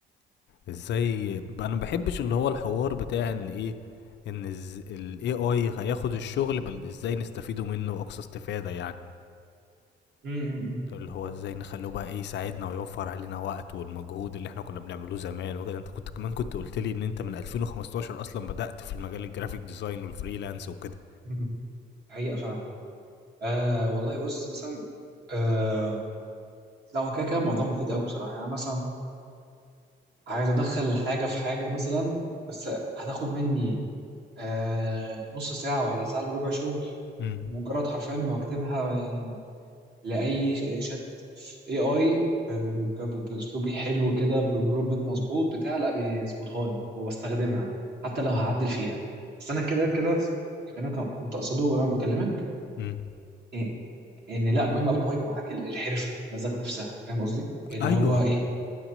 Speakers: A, on the left (about 60°); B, on the right (about 55°).
A: ازاي انا ما بحبش اللي هو الحوار بتاع ان ايه ان الاي اي هياخد الشغل بل ازاي نستفيدوا منه اقصى استفادة يعني
B: امم
A: اللي هو ازاي نخلوه بقى ايه يساعدنا ويوفر علينا وقت والمجهود اللي احنا كنا بنعمله زمان وكده انت كنت كمان كنت قلت لي ان انت من 2015 اصلا بدأت في المجال الجرافيك ديزاين والفريلانس وكده
B: امم دي حقيقه فعلا آه والله بص مثلا آه لا هو كده كده موضوع مفيد قوي بصراحه يعني أنا مثلا عايز ادخل حاجه في حاجه مثلا بس هتاخد مني آه نص ساعه ولا ساعه الا ربع شغل
A: امم
B: مجرد حرفيا ما بكتبها آه، لاي ش- شات اي اي ب- ب- ب- ب- باسلوبي حلو كده ببرومبت مظبوط بتاع لا بيظبطها لي وبستخدمها حتى لو هعدل فيها بس انا كده كده اللي انا كان- كنت اقصده وانا بكلمك
A: امم
B: إيه- ان لا مهم قوي ان هو يبقى معاك ال- الحرفه ذات نفسها فاهم قصدي اللي
A: ايوه
B: هو ايه